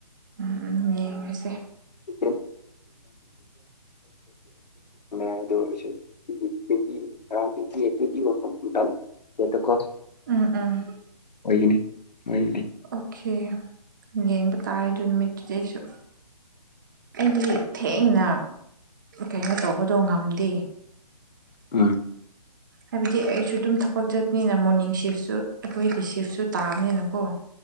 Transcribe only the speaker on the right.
ꯎꯝ ꯎ ꯌꯦꯡꯉꯁꯦ
ꯎꯝ ꯎꯝ
ꯑꯣꯀꯦ ꯌꯦꯡꯕ ꯇꯥꯔ ꯑꯗꯨ ꯅꯨꯃꯤꯠꯇꯨꯗꯤ ꯑꯩ ꯁꯨꯝ ꯑꯩꯗꯤ ꯊꯦꯡꯅ ꯀꯩꯅꯣ ꯇꯧꯕꯗꯣ ꯉꯝꯗꯦ
ꯍꯥꯏꯕꯗꯤ ꯑꯩꯁꯨ ꯑꯗꯨꯝ ꯊꯄꯛ ꯆꯠꯄꯅꯤꯅ ꯃꯣꯔꯅꯤꯡ ꯁꯤꯐꯁꯨ ꯑꯩꯈꯣꯏꯒꯤ ꯁꯤꯐꯁꯨ ꯇꯥꯕꯅꯤꯅꯀꯣ